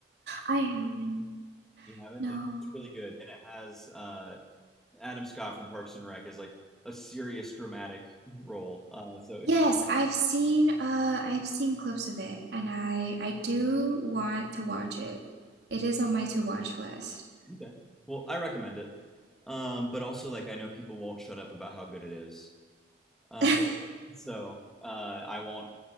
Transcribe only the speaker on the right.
I haven't.
No.
Yes,
I've seen uh I've seen clips of it and I I do want to watch it. It is on my to watch list.
<laughs>